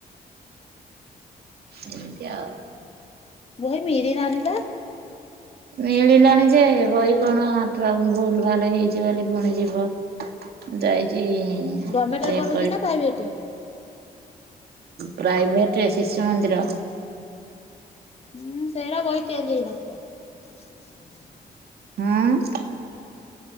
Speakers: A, on the right; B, on the left.
A: ଏମିତି ଆଉ
B: ବହି ମିଳିଲାନି ପା
A: ମିଳିଲାଣି ଯେ ବହି କଣ ଭୁଲ୍ ଭାଲ୍ ହେଇଛି ବୋଲି ପୁଣି ଯିବ ଯାଇଛି
B: ଗର୍ମେଣ୍ଟରେ
A: ଚେକ୍
B: ପଢ଼ୁଛି ନା ପାଇଭେଟି
A: ପ୍ରାଇଭେଟ୍ରେ ଶିଶୁ ମନ୍ଦିର
B: ହୁଁ ସେଇଟା ବହି ତିଆରି ହେଇନଥିବ ହୁ ହୁ ହୁ ହୁ
A: ହୁଁ